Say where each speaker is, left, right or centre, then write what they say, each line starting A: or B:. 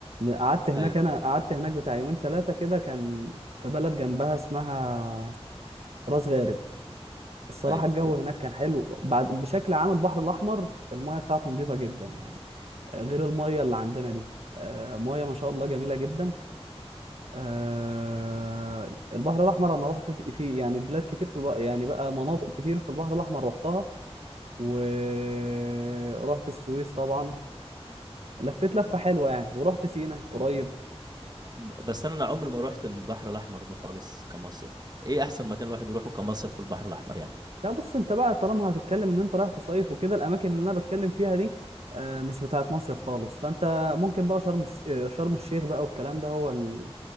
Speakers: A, on the right (about 70°); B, on the right (about 40°).
A: قعدت هناك
B: ايوه
A: انا قعدت هناك بتاع يومين ثلاثه كده كان في بلد جنبها اسمها راس غارب الصراحه
B: ايوه
A: الجو هناك كان حلو بعد بشكل عام البحر الاحمر المايه بتاعته نظيفه جدا يعني آه، غير المايه اللي عندنا دي آه، مايه ما شاء الله جميله جدا آه البحر الأحمر أنا رحت في في- يعني بلاد كتير في البحر يعني بقى مناطق كتير في البحر الأحمر رحتها ورحت السويس طبعا لفيت لفة حلوة يعني ورحت سينا قريب
B: ب- بس انا أنا عمري ما روحت البحر الاحمر ده خالص كمصيف ايه احسن مكان الواحد يروحه كمصيف في البحر الاحمر يعني
A: لا بص انت بقى طالما هتتكلم ان انت رايح تصيف وكده الاماكن اللي انا بتكلم فيها دي آه، مش بتاعت مصيف خالص فانت ممكن بقى شرم الس- آه، شرم الشيخ بقى والكلام ده هو ال-